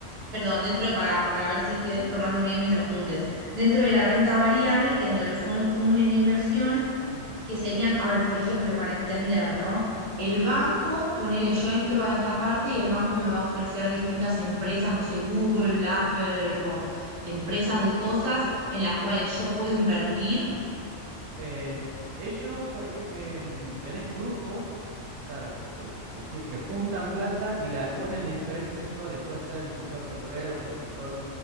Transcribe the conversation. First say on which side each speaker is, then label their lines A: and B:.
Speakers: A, on the right (about 30°); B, on the right (about 80°).
A: perdón, dentro de, para, para ver si estoy
B: sí,
A: tomando bien mis apuntes,
B: sí.
A: dentro de la renta variable tengo los fondos comunes de inversión,
B: ujú,
A: que serían, a ver, por ejemplo, para entender, ¿no?
B: ujú.
A: El banco, ponele, yo entro a esta parte y el banco me va a ofrecer distintas empresas, no sé, Google, Apple o empresas de cosas en las cuales yo puedo invertir.
B: Eh, ellos, por ejemplo, em, tenés grupos, o sea, que, que, tie- que juntan plata y la ponen en diferentes sectores. Puede ser el sector petrolero, puede ser el sector